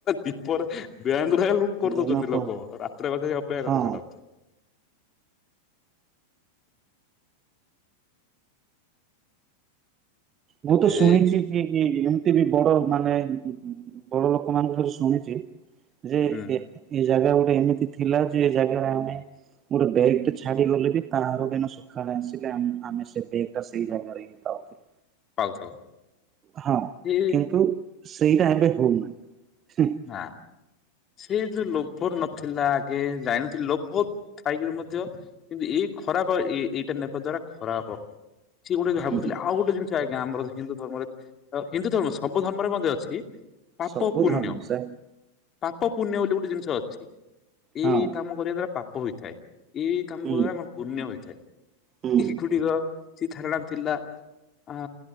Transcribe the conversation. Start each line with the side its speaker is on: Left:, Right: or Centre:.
Left: ଦିପରେ ବ୍ୟାଙ୍କ <unintelligible> କରି
Right: ଦିନକ
Left: ଦଉଛନ୍ତି ଲୋକ ରାତ୍ର କଥା ଅପେକ୍ଷା
Right: ହଁ
Left: କର ଛାଡ।
Right: ମୁଁ
Left: ଏବେ
Right: ତ ଶୁଣିଛି ଜି କି କି ଏତ ବି ବଡ ମାନେ ବଡ ଲୋକମାନଙ୍କ ଠାରୁ ଶୁଣିଛି ଯେ
Left: ହୁଁ
Right: ଏ ଜାଗା ଗୋଟେ ଏମିତି ଥିଲା ଯେ ଏ ଜାଗାରେ ଆମେ ମୋର ବେଗ ଟେ ଛାଡି ଗଲେ ବି ତାର ଦିନ ସକାଳେ ଆସିଲେ ଆମେ ଆମେ ସେ ବେଗ ଟା ସେଇ ଜାଗାରେ ହିଁ ପାଉଥିଲୁ।
Left: ପାଉଥାଉ।
Right: ହଁ
Left: ସେ
Right: କିନ୍ତୁ ସେଇଟା ଏବେ ହଉନାହିଁ, ହୁଁ।
Left: ନା। ସେ ଯୋଉ ଲୋଭ ନଥିଲା ଆଗେ ଯାଇନଥିଲି ଲୋଭ ଥାଇକିରି ମଧ୍ୟ କିନ୍ତୁ ଏଇ ଖରାପ ଏ ଏଇଟା ନେବା ଦ୍ଵାରା ଖରାପ। ସିଏ ଗୋଟେ ଭାବୁଥିଲେ
Right: ହୁଁ
Left: ଆଉ ଗୋଟେ ଜିନିଷ ଆଜ୍ଞା ଆମର ହିନ୍ଦୁ ଧର୍ମରେ ହିନ୍ଦୁ ଧର୍ମ ସବୁ ଧର୍ମରେ ମଧ୍ୟ ଅଛି। ପାପ
Right: ସବୁ
Left: ପୁଣ୍ୟ
Right: ଧର୍ମ ସେମ।
Left: ପାପ ପୁଣ୍ୟ ବୋଲି ଗୋଟେ ଜିନିଷ ଅଛି। ଏଇ
Right: ହଁ
Left: ଏଇ କାମ କରିବା ଦ୍ଵାରା ପାପ ହୋଇଥାଏ ଏଇ ଏଇ କାମ
Right: ହୁଁ
Left: କରିବା ଦ୍ଵାରା ଆମର ପୁଣ୍ୟ ହୋଇଥାଏ।
Right: ହୁଁ
Left: <unintelligible> ସେ ଧାରାଟା ଥିଲା ଆ